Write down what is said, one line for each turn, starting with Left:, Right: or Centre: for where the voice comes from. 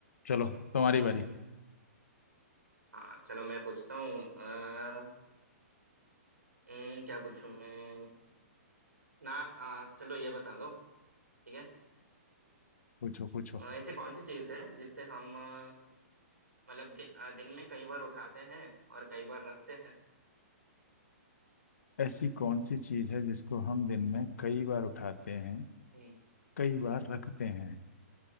Left: चलो तुम्हारी बारी
Right: हाँ चलो मैं पूछता हूँ अ, हम्म, क्या पूछूं मैं ना आ, चलो ये बता दो ठीक है
Left: पूछो पूछो
Right: आ, ऐसी कौन सी चीज़ है जिससे हम आ, मतलब दिन, आ, दिन में कई बार उठाते हैं और कई बार रखते हैं
Left: ऐसी कौन सी चीज है जिसको हम दिन में कई बार उठाते हैं
Right: हम्म
Left: कई बार रखते हैं